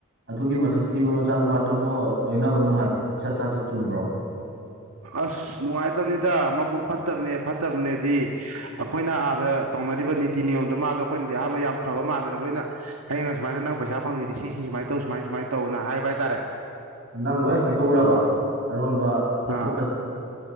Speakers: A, on the right; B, on the right.
A: ꯑꯗꯨꯒꯤ ꯃꯁꯛ ꯊꯤꯕ ꯃꯆꯥ ꯅꯨꯨꯄꯥꯗꯨꯕꯨꯣ ꯂꯣꯏꯅꯕ ꯅꯨꯡꯉꯥꯏꯕ꯭ꯔꯣ ꯂꯤꯆꯠ ꯁꯥ ꯁꯠ ꯆꯨꯝꯕ꯭ꯔꯣ
B: ꯑꯁ ꯅꯨꯡꯉꯥꯏꯇꯕꯅꯤꯗ ꯃꯕꯨꯛ ꯐꯠꯇꯕꯅꯦ ꯐꯠꯇꯕꯅꯦꯗꯤ ꯑꯩꯈꯣꯏꯅ ꯑꯥꯗ ꯇꯧꯅꯔꯤꯕ ꯅꯤꯇꯤ ꯅꯤꯌꯣꯝꯗꯣ ꯃꯥꯗꯣ ꯑꯩꯈꯣꯏꯅꯗꯤ ꯑꯍꯥꯟꯕ ꯌꯥꯝ ꯐꯕ ꯃꯥꯟꯗꯅ ꯂꯣꯏꯅ ꯑꯩꯅ ꯑꯁꯨꯥꯏ ꯅꯪ ꯄꯩꯁꯥ ꯐꯪꯉꯗꯗꯤ ꯁꯤ ꯁꯃꯥꯏꯅ ꯇꯧ ꯁꯨꯃꯥꯏ ꯁꯨꯃꯥꯏꯅ ꯇꯧꯅ ꯍꯥꯏꯕ ꯍꯥꯏꯇꯥꯔꯦ
A: ꯅꯪ ꯂꯣꯏ ꯍꯥꯏꯗꯣꯛꯎꯈ꯭ꯔꯕ ꯑꯔꯣꯟꯕ
B: ꯑꯥ
A: ꯑꯀꯨꯞꯄꯗꯣ